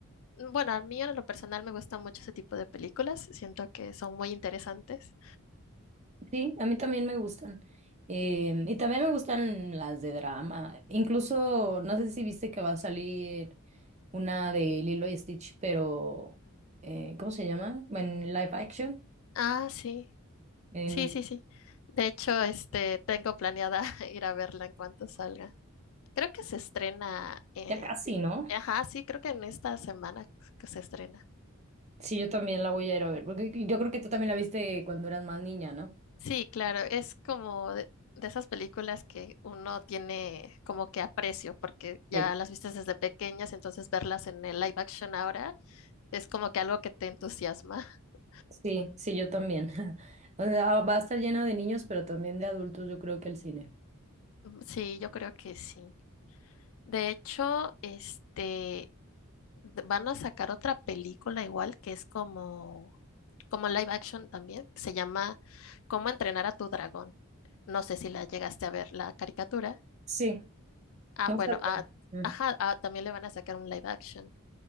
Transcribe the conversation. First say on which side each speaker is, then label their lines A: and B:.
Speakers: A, on the left (about 65°); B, on the right (about 30°).
A: Bueno, a mí en lo personal me gusta mucho ese tipo de películas. Siento que son muy interesantes.
B: Sí, a mí también me gustan. Eh, y también me gustan las de drama. Incluso, no sé si viste que va a salir una de Lilo y Stitch, pero eh, ¿cómo se llama? Bueno, En live action.
A: Ah, sí.
B: En,
A: Sí, sí, sí. De hecho, este, tengo planeada <laughs> ir a verla en cuanto salga. Creo que se estrena. eh,
B: ya casi, ¿no?
A: Ajá, sí, creo que en esta semana que se estrena.
B: Sí, yo también la voy a ir a ver, porque yo creo que tú también la viste cuando eras más niña, ¿no?
A: Sí, claro, es como de, de esas películas que uno tiene como que aprecio, porque ya
B: Sí.
A: las viste desde pequeñas, entonces verlas en el live action ahora Es como que algo que te entusiasma. <laughs>
B: Sí, sí, yo también. <laughs> O sea, va a estar lleno de niños, pero también de adultos, yo creo que el cine.
A: Sí, yo creo que sí. De hecho, este, de- van a sacar otra película igual que es como, como live action también, que se llama ¿Cómo entrenar a tu dragón? No sé si la llegaste a ver, la caricatura.
B: Sí,
A: Ah,
B: no
A: bueno,
B: sabía.
A: ah,
B: Mm,
A: ajá, ah, también le van a sacar un live action.